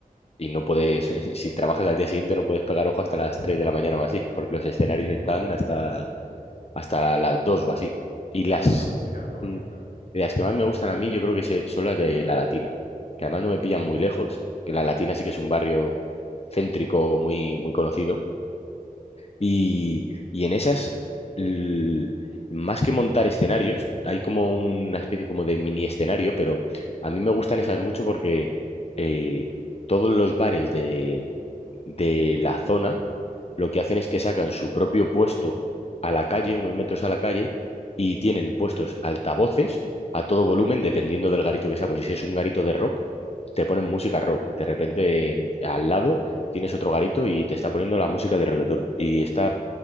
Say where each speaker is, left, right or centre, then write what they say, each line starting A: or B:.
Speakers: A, on the left; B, on the left.
A: y no puedes, <laughs> si trabajas al día siguiente, no puedes pegar ojo hasta las 3 de la mañana o así, porque los escenarios
B: Buah,
A: están hasta, hasta las 2 o así. Y
B: Claro,
A: las,
B: con la música a tope,
A: mm,
B: claro.
A: las que más me gustan a mí, yo creo que se- son las de La Latina, que además no me pillan muy lejos, que La Latina sí que es un barrio céntrico muy, muy conocido y, y en esas, l- más que montar escenarios, hay como una especie como de mini escenario, pero a mí me gustan esas mucho porque eh, todos los bares de, de la zona lo que hacen es que sacan su propio puesto a la calle, unos metros a la calle, y tienen puestos altavoces a todo volumen, dependiendo del garito que sea. Pues si es un garito de rock, te ponen música rock. De repente, al lado, tienes otro garito y te está poniendo la música de reggaetón. Y está